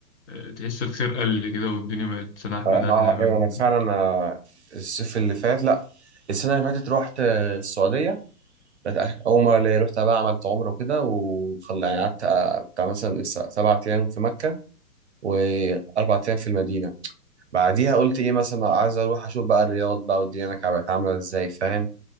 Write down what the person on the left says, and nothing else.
آه، تحس الخير قل كده والدنيا بقت سلاح
مداح زي ما
بنقول